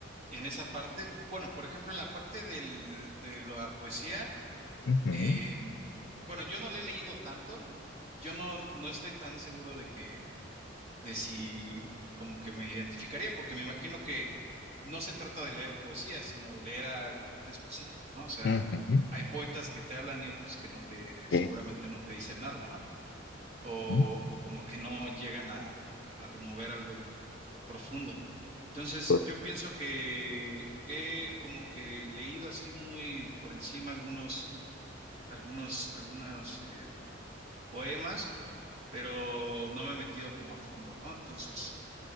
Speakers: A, on the right; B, on the left.
A: en esa parte, bueno, por ejemplo, en la parte del- de la poesía.
B: ujú,
A: Eh, bueno, yo no le he leído tanto. Yo no, no estoy tan seguro de que, de si como que me identificaría, porque me imagino que no se trata de leer poesía, sino de leer al poeta específico, ¿no? O sea,
B: ujú,
A: hay poetas que te hablan y otros que no te,
B: esa,
A: seguramente no te dicen nada, ¿no? O,
B: ujú,
A: o como que no llegan a, a remover algo profundo. Entonces,
B: tot-
A: yo pienso que he como que leído así muy por encima algunos, algunos, algunas, eh, poemas, pero no me he metido como a fondo, ¿no? Entonces,